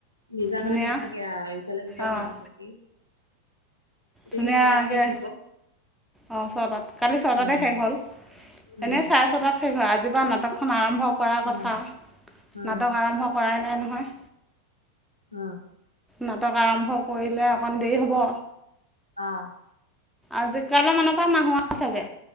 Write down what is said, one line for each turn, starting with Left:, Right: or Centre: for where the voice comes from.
Left: নিজান
Centre: ধুনীয়া
Left: হৈ নেথাকে আহ ইফালে-সিফালে
Centre: অঁ
Left: মানুহ থাকেই। <unintelligible> এতিয়া
Centre: ধুনীয়াকৈ
Left: কি ছটাত সি শুব। <unintelligible>
Centre: অঁ! ছটাত। কালি ছটাতে
Left: উম,
Centre: শেষ হ'ল? <unintelligible>
Left: উম,
Centre: এনেই চাৰে ছয়টাত শেষ হয়। আজি পৰা নাটকখন আৰম্ভ কৰাৰ
Left: উম,
Centre: কথা। <inaudible>
Left: উম,
Centre: নাটক আৰম্ভ কৰাই নাই নহয়।
Left: উম
Centre: নাটক আৰম্ভ কৰিলে অকণ দেৰি হ'ব।
Left: আহ‌ '
Centre: আজি কালি মানৰ পৰা নাহোও চাগে